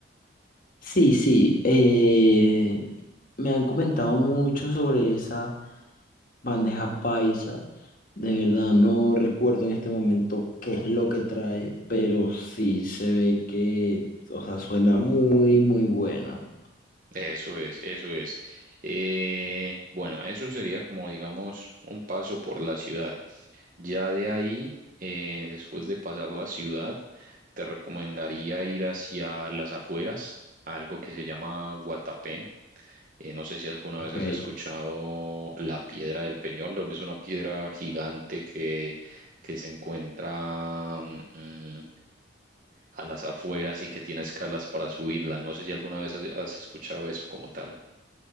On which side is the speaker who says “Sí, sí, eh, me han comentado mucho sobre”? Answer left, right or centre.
Left